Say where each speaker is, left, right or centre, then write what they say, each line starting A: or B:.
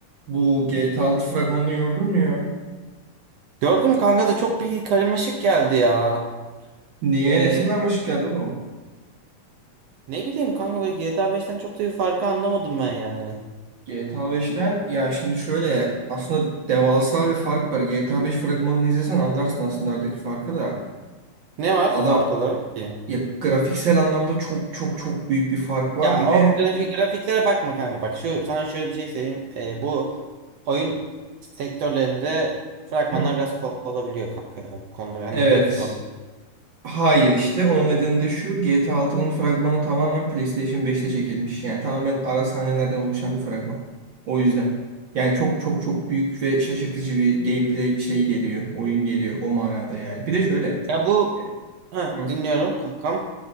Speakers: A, on the right; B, on the right.
A: Bu GTA 6 fragmanını gördün mü ya?
B: Gördüm kanka da çok bir karmaşık geldi ya.
A: Niye?
B: Ee,
A: Nesi karmaşık geldi oğlum?
B: ne bileyim kanka böyle GTA 5'ten çok da bir farkı anlamadım ben yani.
A: GTA 5'ten ya şimdi şöyle aslında devasa bir fark var. GTA 5 fragmanını izlesen anlarsın aslında aradaki farkı da.
B: Ne var
A: Adam
B: fark olarak ki?
A: ya grafiksel anlamda çok çok çok büyük bir fark var.
B: Ya
A: Bir
B: o
A: de
B: grafik grafiklere bakma kanka bak şu sana şöyle bir şey söyleyeyim. Ee, bu oyun sektörlerinde fragmanlar
A: hı,
B: biraz kol olabiliyor kanka ya bu konuda hani
A: evet
B: grafik konuda.
A: Hayır işte onun nedeni de şu GTA 6'nın fragmanı tamamen PlayStation 5'te çekilmiş. Yani tamamen ara sahnelerden oluşan bir fragman. O yüzden. Yani çok çok çok büyük ve şaşırtıcı bir gameplay şey geliyor. Oyun geliyor o manada yani. Bir de şöyle.
B: Ya bu
A: e,
B: Heh,
A: hı,
B: dinliyorum kankam.